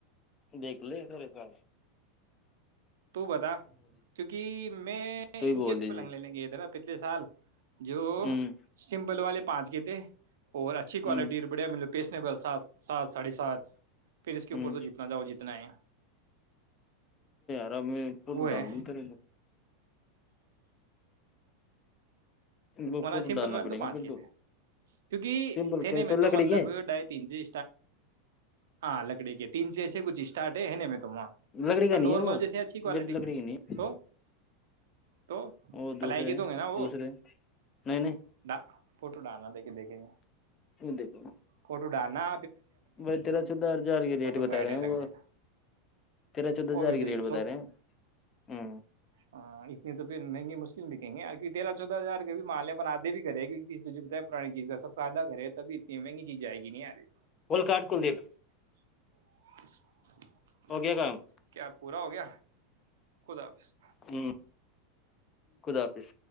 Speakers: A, on the left; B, on the right.
A: دیکھ لے تھیرے کھر
B: تو بتا کیونکہ میں ان
A: تو ہی بول
B: کی ابھی
A: دیجیے
B: پلنگ لے لیں گیرا پچھلے سال جو
A: ہوں
B: سمپل والے پانچ کے تھ اور اچھی کوالٹی
A: ہوں
B: بڑیا مطلب پیسنے ب سات سات ساھے سات پیر اس کے
A: ہوں
B: اوپر تو جتنا جاؤ جتنا ہے
A: ر میں پول
B: وہ ہے
A: ڈال دوں ت رہے کو
B: وہنا
A: فوٹو
B: سمپل
A: ڈالنا
B: والے
A: پڑیں
B: تو پانچ
A: گے پھر
B: کے تھے کیونکہ
A: سمپل
B: تھھینے
A: کیسے
B: میں تو
A: لکڑی
B: مطلب
A: کے
B: ڈھائی تین سے ہاں لکڑی کے تین سےسے کچھ اسٹارٹ ہے ہے میں تو وہاں
A: لکڑی
B: پر
A: کا
B: نارمل
A: نہیں ہے وہا
B: جیسے اچھی کوالٹی
A: میری
B: کے
A: لکڑی کا نہیں ہے
B: تو تو
A: وہ
B: پلائیگی
A: دوسرے ہیں
B: تووں گے نا وہ
A: دوسرے نہیں نہیں
B: ڈ فوٹو ڈالنا دیکے دیکھیں
A: دیکھو
B: گ ڈا نا
A: بھائی تیرہ چودہ ہزار کی ریٹ بتا
B: کو آئیڈیا
A: رہے ہیں
B: لگ
A: وہ
B: جائے گا
A: تیرہ چودہ ہزار
B: اور بھی تیری
A: کی ریٹ
B: کو
A: بتا رہے ہیں ہ
B: ہاں اتنے تو پھر مہنگے مشکل دیک کہ آ کہ تیرہ چودہ ہار آھے بھی گے کیک کسیجھے بتا ہے پرانی چیز کا سب سےدا گے ہےب اتنی مہنی چیز جائے گی نہیں آدھی
A: گولکاٹ کلدیپ
B: <unintelligible>
A: ہو گیا کام
B: کیا پورا ہو گیا خدا حفظ
A: ہوں خدا حافظ